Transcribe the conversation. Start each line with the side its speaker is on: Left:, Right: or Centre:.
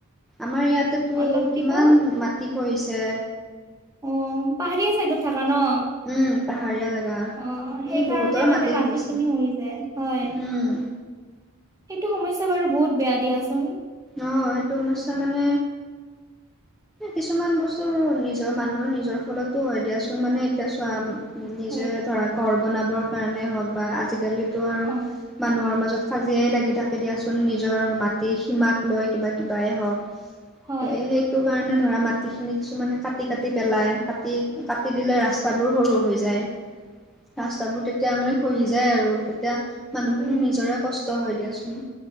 Centre: আমাৰ ইয়াতেতো
Right: অলপ দিব
Centre: কিমান
Right: অ
Centre: মাত, কি কৰিছে।
Right: অ পাহাৰীয়া চাইডত থাকা ন।
Centre: উম, পাহাৰীয়া জেগা।
Right: অ সেইকাৰণে
Centre: এই বহুতৰ
Right: মানে মাটি
Centre: খহিছে
Right: খিনি হৈ যায় হয়।
Centre: উম,
Right: সেইটো সমস্যা বাৰু বহুত বেয়া দিয়াচোন।
Centre: অ সেইটো সমস্যা মানে কিছুমান বস্তু নিজৰ মানুহৰ নিজৰ ফলতো হয় দিয়াচোন মানে এতিয়া চোৱা নিজে
Right: হয়
Centre: ধৰা ঘৰ বনাবৰ কাৰণে হওঁক বা আজিকালিতো আৰু
Right: অ
Centre: মানুহৰ মাজত কাজিয়াই লাগি থাকে দিয়াচোন নিজৰ মাটিৰ সীমাক। লৈ কিবা কিবাই হওঁক সেয়েহে
Right: হয়
Centre: সেইটো কাৰণে ধৰা মাটিখিনি কিছুমানে কাটি কাটি পেলাই কাটি কাটি দিলে ৰাস্তাবোৰ সৰু হৈ যায়।
Right: <inaudible>
Centre: ৰাস্তাবোৰ তেতিয়া মানে খহি যায় আৰু তেতিয়া মানুহখিনি
Right: উম
Centre: নিজৰে কষ্ট হয় দিয়াচোন।